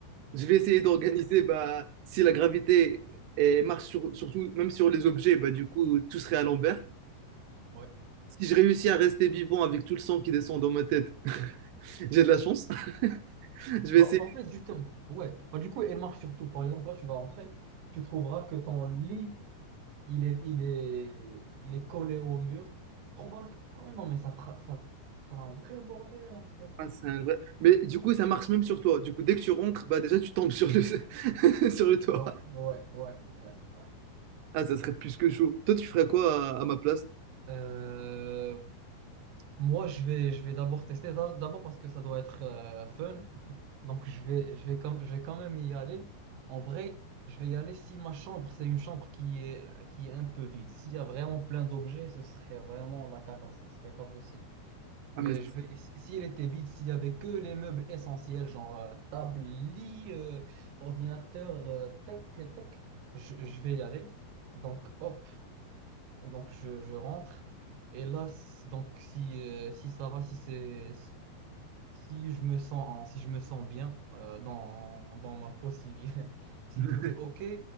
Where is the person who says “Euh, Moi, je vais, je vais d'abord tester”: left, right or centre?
Right